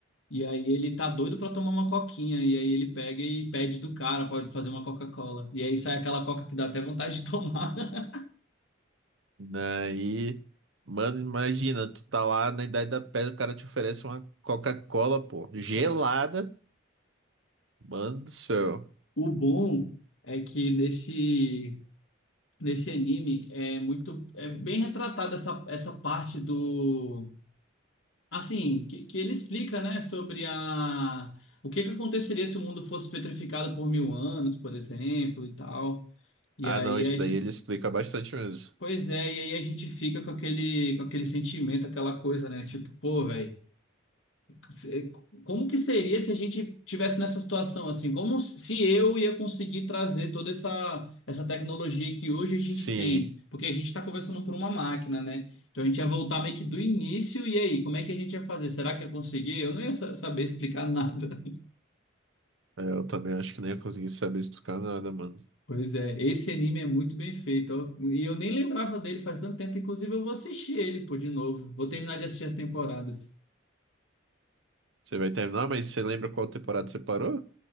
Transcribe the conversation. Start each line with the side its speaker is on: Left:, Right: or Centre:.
Left: e aí ele tá doido pra tomar uma coquinha, e aí ele pega e pede do cara pra fazer uma Coca-Cola. E aí sai aquela coca que dá até vontade de tomar. <laughs>
Right: Daí, mano, imagina, tu tá lá na Idade da Pedra, o cara te oferece uma Coca-Cola, pô, gelada.
Left: É.
Right: Mano do céu.
Left: O bom é que nesse, nesse anime é muito, é bem retratada essa, essa parte do. Assim, que, que ele explica, né, sobre a o que que aconteceria se o mundo fosse petrificado por mil anos, por exemplo, e tal. E
Right: Ah,
Left: aí
Right: não, isso
Left: a gente,
Right: daí ele explica bastante mesmo.
Left: pois é, e aí a gente fica com aquele com aquele sentimento, aquela coisa, né, tipo, pô, velho se- Como que seria se a gente tivesse nessa situação assim? Como se eu ia conseguir trazer toda essa, essa tecnologia que hoje a gente
Right: Sim,
Left: tem? Porque a gente está conversando por uma máquina, né? Então a gente ia voltar meio que do início, e aí, como é que a gente ia fazer? Será que ia conseguir? Eu não ia sa- saber explicar nada. <laughs>
Right: é, eu também acho que nem ia conseguir saber explicar nada, mano.
Left: Pois é, esse anime é muito bem feito. ó. E eu nem lembrava dele faz tanto tempo, inclusive eu vou assistir ele, pô, de novo. Vou terminar de assistir as temporadas.
Right: Você vai terminar, mas você lembra qual temporada você parou?